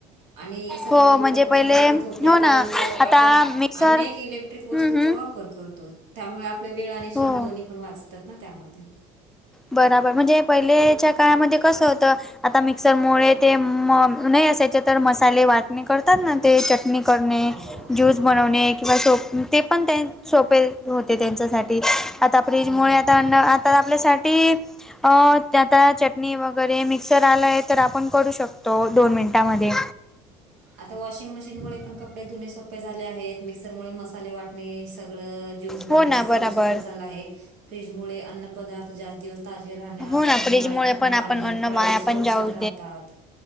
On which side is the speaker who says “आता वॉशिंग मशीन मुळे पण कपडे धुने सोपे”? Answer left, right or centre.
Right